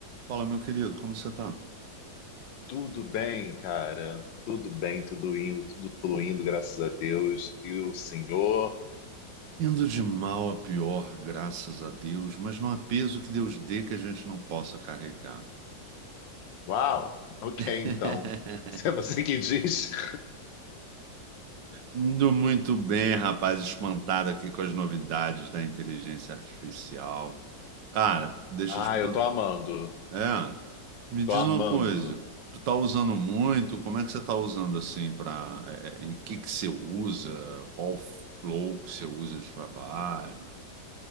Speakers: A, on the right; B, on the left.
A: Fala, meu querido, como você tá?
B: Tudo bem, cara. Tudo bem, tudo indo, tudo fluindo, graças a Deus. E o Senhor?
A: Indo de mal a pior, graças a Deus, mas não há peso que Deus dê que a gente não possa carregar.
B: Uau! Ok,
A: <laughs>
B: então. <laughs> Se é você que diz. <laughs>
A: Indo muito bem, rapaz, espantado aqui com as novidades da inteligência artificial. Cara, deixa
B: Ah,
A: eu te perguntar.
B: eu tô amando.
A: É, me diz
B: Tô amando.
A: uma coisa. Tu tá usando muito? Como é que você tá usando assim para em que que você usa? Qual flow que você usa de trabalho?